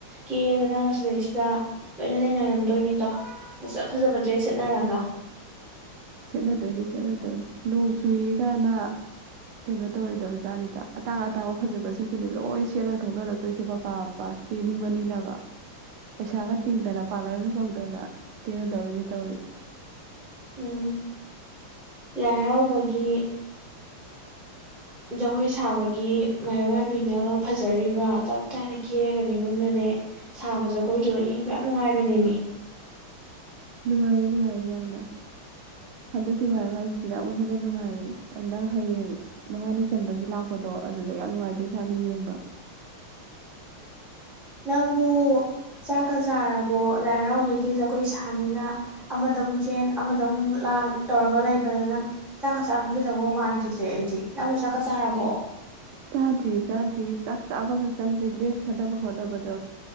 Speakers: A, in the centre; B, on the right.
A: ꯀꯦꯗꯅ ꯃꯁꯤꯗꯩꯁꯤꯗ ꯂꯣꯏꯅ ꯂꯩꯅꯔꯝꯗꯣꯏꯅꯤꯗꯣ ꯐꯖ ꯐꯖꯕ ꯗ꯭ꯔꯦꯁ ꯁꯦꯠꯅꯔꯒ
B: ꯁꯦꯠꯅꯗꯣꯏꯅꯤ ꯁꯦꯠꯅꯗꯣꯏꯅꯤ ꯅꯣꯡ ꯆꯨꯏ ꯀꯅ ꯀꯩꯅꯣ ꯇꯧꯔꯣꯏꯗꯧꯖꯇꯥꯠꯅꯤꯗ ꯑꯇꯥꯡ ꯑꯇꯥꯡꯕ ꯐꯖꯕꯁꯤꯡꯗꯨꯅꯤ ꯂꯣꯏ ꯁꯦꯠꯂ ꯊꯣꯛꯅꯔꯛꯇꯣꯏꯁꯦ ꯃꯄꯥ ꯃꯄꯥ ꯀꯦꯅꯤꯡꯕꯅꯤꯅꯕ ꯄꯩꯁꯥꯒ ꯇꯤꯡꯗꯅ ꯄꯥꯔꯂꯔꯒ ꯀꯧꯗꯅ ꯀꯦꯟꯅꯗꯧꯔꯤꯅꯤ ꯇꯧꯔꯤꯁꯦ
A: ꯎꯝ ꯂꯥꯏ ꯍꯔꯥꯎꯕꯒꯤ ꯖꯒꯣꯏ ꯁꯥꯕꯒꯤ ꯃꯥꯏꯕ ꯃꯥꯏꯕꯤꯅꯒ ꯐꯖꯔꯤꯕ ꯇꯞ ꯇꯥꯏꯅ ꯀꯦꯔꯒꯅꯦ ꯃꯨꯟꯅꯅꯦ ꯁꯥꯕ ꯖꯒꯣꯏꯗꯨꯗ ꯌꯦꯡꯕ ꯌꯥꯝ ꯅꯨꯡꯉꯥꯏꯕꯅꯦꯃꯤ
B: ꯅꯨꯡꯉꯥꯏꯌꯦ ꯅꯨꯡꯉꯥꯏꯌꯦ ꯌꯥꯝꯅ ꯍꯟꯗꯛꯀꯤ ꯃꯥꯏꯕꯥ ꯃꯥꯏꯕꯤꯁꯤꯅ ꯑꯃꯨꯛ ꯍꯦꯟꯅ ꯅꯨꯡꯉꯥꯏꯔꯤ ꯅꯪ ꯍꯌꯦꯡ ꯃꯉꯥꯅꯤ ꯆꯟꯕꯒꯤ ꯂꯥꯛꯄꯗꯣ ꯑꯗꯨꯗ ꯌꯥꯝ ꯅꯨꯡꯉꯥꯏꯗꯣꯏ ꯖꯥꯠꯅꯤ ꯌꯦꯡꯕ
A: ꯅꯪꯕꯨ ꯆꯥꯛꯀ ꯆꯥꯔꯕꯣ ꯂꯥꯏ ꯍꯔꯥꯎꯕꯒꯤ ꯖꯒꯣꯏ ꯁꯥꯅꯤꯅ ꯑꯃꯗ ꯑꯃꯨꯛ ꯆꯦꯟ ꯑꯃꯗ ꯑꯃꯨꯛ ꯂꯥꯡ ꯇꯧꯔꯒ ꯂꯩꯕꯗ ꯅꯪ ꯆꯥꯛꯀ ꯆꯥꯔꯝꯈꯤꯗꯧꯕ ꯃꯥꯟꯈꯤꯗ꯭ꯔꯦ ꯑꯩꯗꯤ ꯅꯪꯕꯨ ꯆꯥꯛꯀ ꯆꯥꯔꯕꯣ
B: ꯆꯥꯗ꯭ꯔꯤ ꯆꯥꯗ꯭ꯔꯤ ꯆꯥꯛ ꯆꯥꯕꯒ ꯆꯪꯗꯦ ꯗ꯭ꯔꯦꯁ ꯈꯟꯅꯅꯕ ꯍꯣꯠꯅꯕꯗ